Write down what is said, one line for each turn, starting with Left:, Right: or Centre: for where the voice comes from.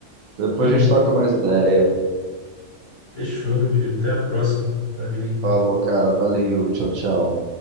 Right: Depois
Left: Uhum.
Right: a gente troca mais ideia.
Left: Fechou, meu querido. Até a próxima. Valeu.
Right: Falou, cara. Valeu. Tchau, tchau.